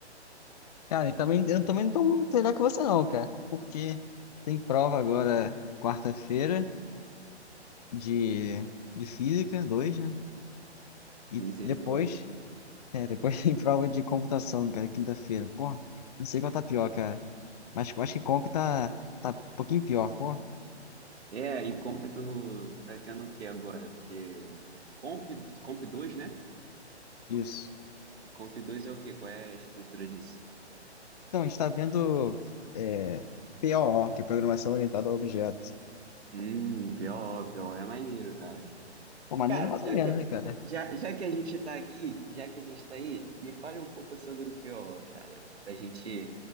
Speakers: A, on the left; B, on the right.
A: Cara, e também, eu também não tô muito melhor que você não, cara. Porque tem prova agora quarta-feira de, de física, dois, né? E
B: Misericórdia.
A: depois, é, depois <laughs> tem prova de computação, cara, quinta-feira. Pô, não sei qual tá pior, cara. Mas eu acho que comp tá, tá um pouquinho pior, pô.
B: É, e Comp, tu, tu tá tendo o quê agora? Porque Comp, Comp 2, né?
A: Isso.
B: Comp 2 é o quê? Qual é a estrutura disso?
A: Então, a gente está vendo é, POO, que é Programação Orientada a Objeto.
B: Hum, pior, pior é maneiro, cara.
A: Pô, maneiro
B: Cara,
A: mais
B: já
A: ou menos,
B: que,
A: né, cara?
B: já, já que a gente tá aqui, já que a gente tá aí, me fale um pouco sobre o pior, cara, pra gente